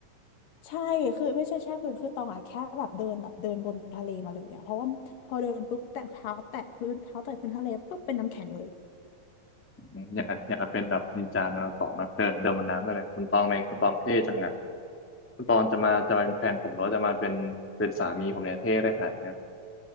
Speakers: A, on the left; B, on the left.
A: ใช่คือไม่ใช่แช่พื้นคือตองอะแค่แบบเดินแบบเดินบนทะเลมาเลยอะเพราะว่าพอเดินปุ๊บแตะเท้าแตะพื้นเท้าแตะพื้นทะเลปุ๊บเป็นน้ำแข็งเลย
B: อืมอย่างกับอย่างกับเป็นแบบนินจานารูโตะเนอะเดินเดินบนน้ำอะไรคุณตองไหมคุณตองเท่จังอะ ตอนจะมาจะมาเป็นแฟนผมหรือว่าจะมาเป็นเป็นสามีผมเนี่ยเท่ได้ขนาดเนี้ย